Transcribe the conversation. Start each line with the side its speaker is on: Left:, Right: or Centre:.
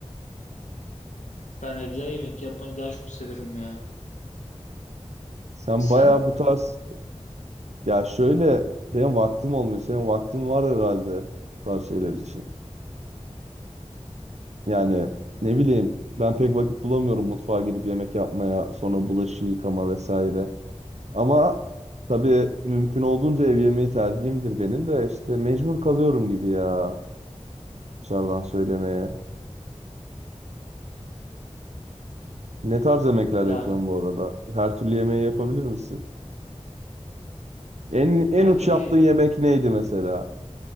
Left: Ben evde yemek yapmayı daha çok severim ya.
Right: Sen
Left: Sen?
Right: bayağı bu tarz ya şöyle benim vaktim olmuyor. Senin vaktin var herhalde bu tarz şeyler için. Yani ne bileyim ben pek vakit bulamıyorum mutfağa girip yemek yapmaya, sonra bulaşık yıkama vesaire. Ama tabii mümkün olduğunca ev yemeği tercihimdir benim de işte mecbur kalıyorum gibi ya dışarıdan söylemeye. Ne tarz yemekler
Left: Ya
Right: yapıyorsun bu arada? Her türlü yemeği yapabilir misin? En en
Left: her
Right: uç
Left: türlü
Right: yaptığın yemek neydi mesela?